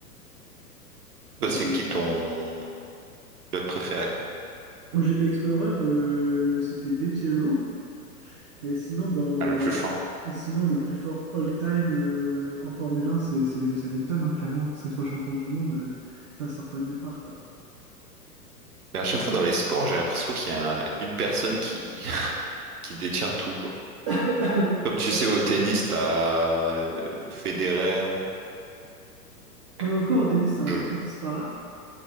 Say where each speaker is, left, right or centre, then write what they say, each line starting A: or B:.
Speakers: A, on the right; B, on the right.
A: C'est vraiment
B: Toi, c'est
A: l'éclate.
B: qui ton pilote préféré?
A: Au G P Explorer, euh, c'était De Piero. Et sinon, dans,
B: Ah, le plus
A: dans-
B: fort.
A: et sinon, le plus fort all-time euh, en Formule 1, c'est c'est Lewis Hamilton, hein, clairement. Cette fois champion du monde, euh, ça sort pas de nulle part, quoi.
B: Mais à chaque fois dans les sports, j'ai l'impression qu'il y a un- une personne qui... <laughs> qui détient tout, quoi.
A: <coughs>
B: Comme tu
A: Euh,
B: sais, au tennis, t'as euh, Federer.
A: euh, encore au tennis, c'est un
B: Je-
A: peu plus disparate.